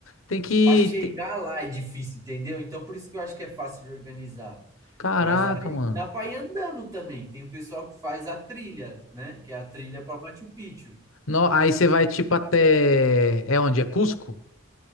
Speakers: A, on the left; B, on the right.
A: tem que.
B: Para chegar
A: tem-
B: lá é difícil, entendeu? Então por isso que eu acho que é fácil de organizar.
A: Caraca,
B: Mas aí
A: mano.
B: dá para ir andando também. Tem o pessoal que faz a trilha, né? Que é a trilha para Machu Picchu.
A: No- Aí você vai tipo até. É onde? É Cusco?